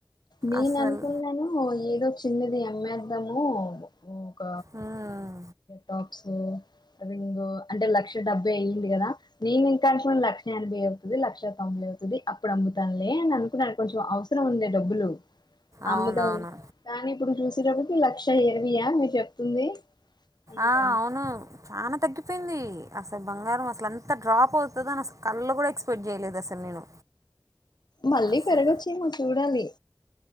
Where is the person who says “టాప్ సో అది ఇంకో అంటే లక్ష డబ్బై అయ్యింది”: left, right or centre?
Left